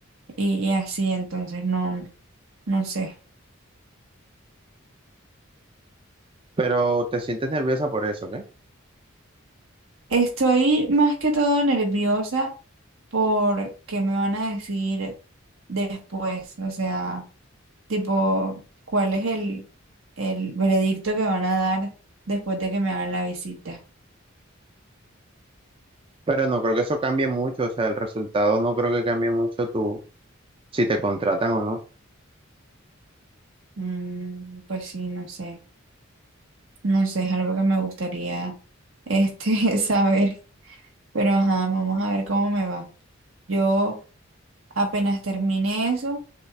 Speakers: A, on the right; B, on the right.
A: y, y así, entonces no, no sé.
B: Pero te sientes nerviosa por eso, ¿ok?
A: Estoy más que todo nerviosa por qué me van a decir después, o sea, tipo, cuál es el, el veredicto que van a dar después de que me hagan la visita.
B: Pero no creo que eso cambie mucho, o sea, el resultado no creo que cambie mucho tú si te contratan o no.
A: Mm, pues sí, no sé, no sé, es algo que me gustaría este, <laughs> saber, pero ajá, vamos a ver cómo me va. Yo apenas termine eso.